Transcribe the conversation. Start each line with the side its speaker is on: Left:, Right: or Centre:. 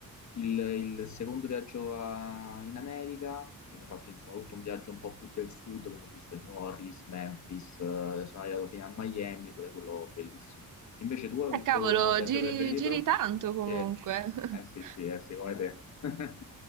Left: il, il secondo viaggio a- in America, mi sono fatto insomma tutto un viaggio un po' più del sud, quindi ho visto New Orleans, Memphis, eh, sono arrivato fino a Miami, pure quello bellissimo. Invece tu,
Right: Eh,
Left: il
Right: cavolo,
Left: tuo viaggio
Right: giri,
Left: preferito?
Right: giri tanto comunque.
Left: Sì.
Right: <laughs>
Left: Eh sì, sì, eh sì, come te. <laughs>